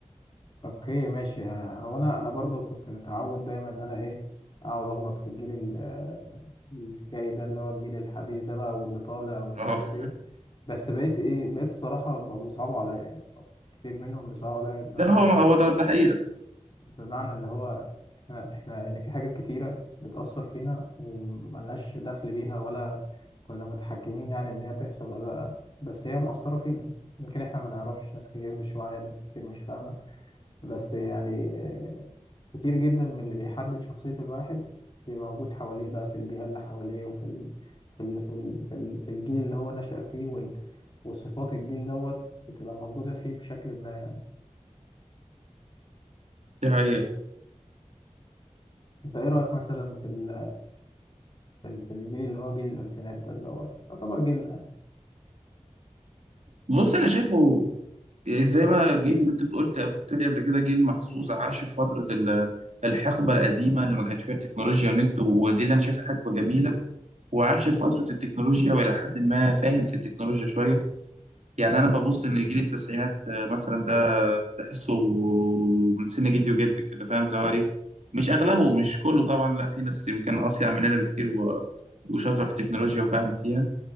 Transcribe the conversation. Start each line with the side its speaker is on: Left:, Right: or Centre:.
Left: اوكي ماشي آه، هو انا انا برضو كنت متعود دايما ان انا ايه اقعد اغلط في الجيل ال- آه، الجاي ده اللي هو الجيل الحديث ده بقى واللي طالع ومش
Right: اه
Left: عارف ايه بس بقيت ايه بقيت الصراحه بقوا بيصعبوا عليا يعني أو كتير منهم بيصعبوا عليا بمعنى
Right: ده هو
Left: ايه
Right: هو ده ده حقيقة
Left: بمعنى اللي هو احنا احنا يعني في حاجات كتيره بتاثر فينا وملناش دخل بيها ولا كنا متحكمين يعني ان هي تحصل ولا لا بس هي مأثره فينا يمكن احنا ما نعرفش ناس كتير مش واعيه ناس كتير مش فاهمه بس يعني آه، كتير جدا من اللي بيحدد شخصية الواحد بيبقى موجود حواليه بقى في البيئة اللي حواليه وفي ال... في ال... في ال... في ال... في الجيل اللي هو نشأ فيه وال... وصفات الجيل دوت بتبقى موجودة فيه بشكل ما يعني
Right: دي حقيقة
Left: انت ايه رأيك مثلا في ال... في ال- في الجيل اللي هو جيل الألفينات ده اللي هو يعتبر جيلنا يعني
Right: بص انا شايفه زي ما جيل انت قلت قلت لي قبل كده جيل محظوظ عاش في فتره ال- الحقبه القديمه اللي ما كانش فيها تكنولوجيا ونت ودي اللي انا شايفها حقبه جميله وعاش في فتره التكنولوجيا والى حد ما فاهم في التكنولوجيا شويه يعني انا ببص ان جيل التسعينات آه، مثلا ده تحسه من سن جدي وجدك كده فاهم اللي هو ايه مش اغلبه مش كله طبعا لا في ناس يمكن اصيع مننا بكتير و- وشاطره في التكنولوجيا وفاهمه فيها